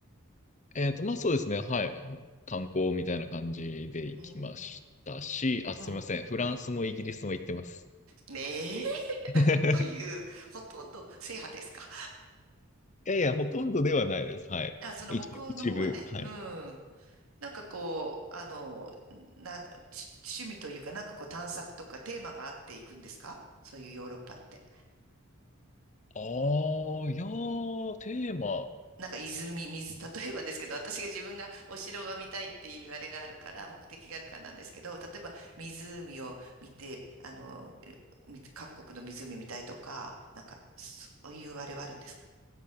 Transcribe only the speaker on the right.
うん。
うん。
ねえ、<laughs>
なんという、ほとんど制覇ですか。
<laughs>
あ、その北欧の方はね、
うん。なんかこう、あの、な、し趣味というか、なんかこう探索とかテーマがあっていくんですかそういうヨーロッパって。
なんか泉、水、例えばですけど、私が自分がお城が見たいっていうあれがあるから、目的があるからなんですけど、例えば湖を見て、あの、み各国の湖見たいとか、なんか、そういうあれはあるんですか